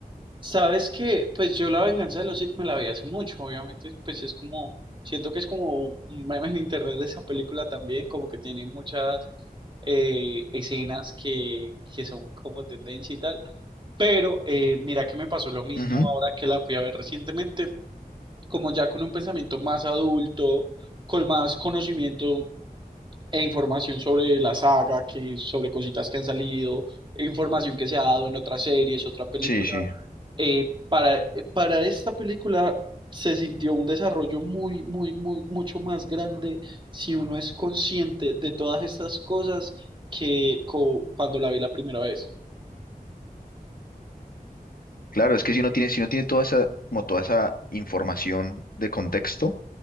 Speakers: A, on the right; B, on the left.
A: Sabes que, pues yo La Venganza de los Sith me la vi hace mucho, obviamente, pues es como, siento que es como un un meme en internet de esa película también, como que tiene muchas eh, escenas que, que son como tendencia y tal. Pero eh, mira que me pasó lo mismo
B: Ujú.
A: ahora que la fui a ver recientemente, como ya con un pensamiento más adulto, con más conocimiento e información sobre la saga, que sobre cositas que han salido, e información que se ha dado en otras series, otra película.
B: Sí, sí.
A: eh, para, eh, para esta película se sintió un desarrollo muy, muy, muy, mucho más grande si uno es consciente de todas estas cosas que co- cuando la vi la primera vez.
B: Claro, es que si uno tiene, si uno tiene toda esa, como toda esa información de contexto,